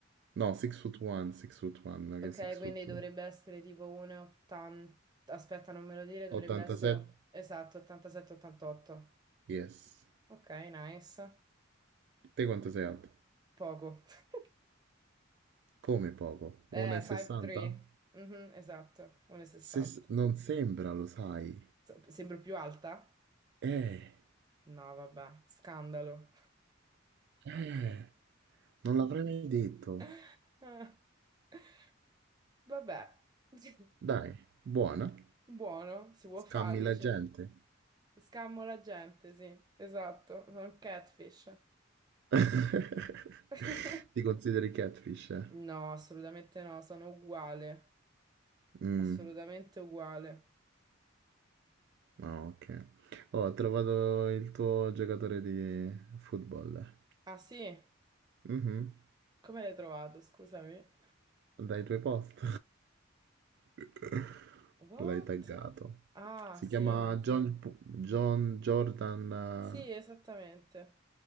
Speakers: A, on the right; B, on the right.
A: No, 6 foot 1, 6 foot 1, non
B: Ok,
A: che 6 foot
B: quindi dovrebbe
A: 2.
B: essere tipo 1,80. Aspetta, non me lo dire, dovrebbe
A: 87?
B: essere esatto, 87-88.
A: Yes.
B: Ok, nice.
A: Te quanto sei alto?
B: Poco. <laughs>
A: Come poco? 1,60?
B: Eh, 5'3". Mhm, esatto, 1,60.
A: Se- non sembra, lo sai.
B: Se- Sembro più alta?
A: Eh,
B: No, vabbè, scandalo.
A: eh, non l'avrei mai detto.
B: <laughs> Vabbè, <laughs>
A: Dai, buona.
B: buono, si può
A: Scammi
B: fare,
A: la
B: dici.
A: gente.
B: Scammo la gente, sì, esatto, sono un catfish.
A: <laughs>
B: <laughs>
A: Ti consideri catfish, eh?
B: No, assolutamente no, sono uguale,
A: Mm.
B: assolutamente uguale.
A: Ah, ok. Oh, ho trovato il tuo giocatore di football.
B: Ah sì?
A: Mhm.
B: Come l'hai trovato? Scusami.
A: Dai tuoi post. <laughs>
B: What?
A: L'hai taggato.
B: Ah
A: Si
B: sì,
A: chiama John, P- John Jordan.
B: sì, esattamente.